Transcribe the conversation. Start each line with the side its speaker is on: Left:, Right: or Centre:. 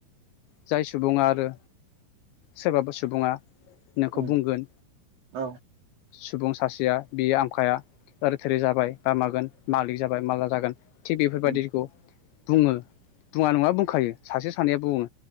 Left: जाय सुबुङा आरो सोरबाफोर सुबुंङा नोंखौ
Right: उम
Left: बुंगोन
Right: औ
Left: सुबुं सासेया बेयो आमखाया ओरै थोरै जाबाय बा मागोन
Right: उम
Left: मालिक जाबाय माला जागोन थिग बेफोरबादिखौ
Right: उम
Left: बुङो बुङा नङा बुंखायो सासे सानैया बुङो